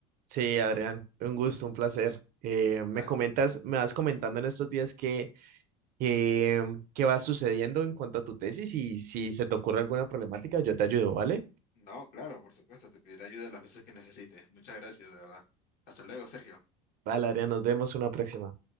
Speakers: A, on the right (about 55°); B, on the left (about 60°).
A: Sí, Adrián, un gusto, un placer. Eh, me
B: Da-
A: comentas, me vas comentando en estos días que, eh, qué va sucediendo en cuanto a tu tesis y si se te ocurre alguna problemática, yo te ayudo, ¿vale?
B: No, claro, por supuesto, te pediré ayuda las veces que necesites. Muchas gracias, de verdad. Hasta luego, Sergio.
A: Vale, Adrián, nos vemos una próxima.